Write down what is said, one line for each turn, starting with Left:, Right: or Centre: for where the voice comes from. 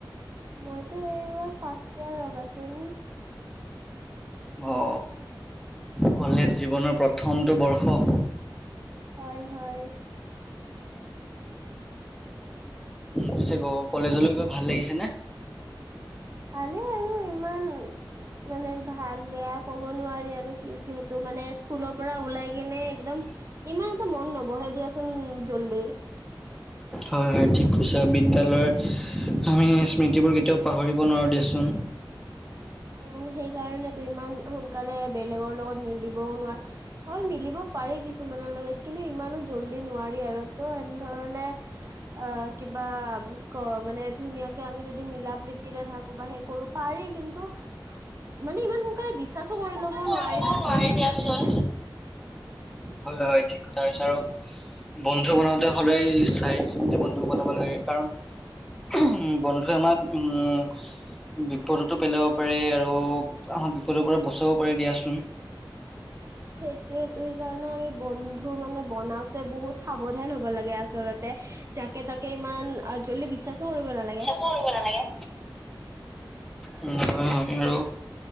Right: মইতো এইবাৰ ফাৰ্ষ্ট ইয়াৰ ৰ'বাচোন,
Centre: অ, কলেজ জীৱনৰ প্ৰথমটো বৰ্ষ!
Right: হয়, হয়
Centre: পিছে গ, কলেজলৈ গৈ ভাল লাগিছেনে!
Right: ভালে আৰু ইমান, মানে, ভাল -বেয়া ক'ব নোৱাৰি, আৰু কি, যিহেতু মানে স্কুলৰ পৰা ওলাই! কেনে একদম ইমান এটা মন নবহে দিয়াচোন, জ্বলেই
Centre: হয়, হয়, ঠিক কৈছা বিদ্যালয়ৰ আমি স্মৃতিবোৰ কেতিয়াও পাহৰিব নোৱাৰোঁ দিয়চোন!
Right: উম, সেই কাৰণে তু, ইমান সোনকালে বেলেগৰ লগত মিলিবও নোৱাৰ! হয় মিলিব পাৰি কিছুমানৰ লগত, কিন্তু ইমানো জল্দি নোৱাৰি আৰু তো এনেধৰণে' অ কিবা ক মানে, ধুনীয়াকে আমি যদি মিলা প্ৰীতিৰে থাকো, <unintelligible> পাৰি কিন্তু মানে ইমান সোনকালে বিশ্বাসো কৰি ল'ব নোৱাৰোঁ
Centre: কব নোৱাৰি, দিয়াচোন
Right: <inaudible>
Centre: হয়, হয়, ঠিক কথা কৈছা আৰু বন্ধু বনাওঁতে সদায়, চাই চিন্তি বন্ধু বনাব লাগে, কাৰণ- উম, বন্ধুৱে আমাৰ উম, বিপদতো পেলাব পাৰে আৰু আমাক বিপদৰ পৰা বচাবও পাৰে দিয়াচোন
Right: সেইটোয়েতো সেইকাৰণে আমি বন্ধু মানে বনাওতে বহুত সাৱধান হব লাগে আচলতে তাকে তাকে ইমান আ, জল্দি বিশ্বাসো কৰিব নালাগে
Centre: কৰিব নালাগে উম, 'হয়', 'হয়' আৰু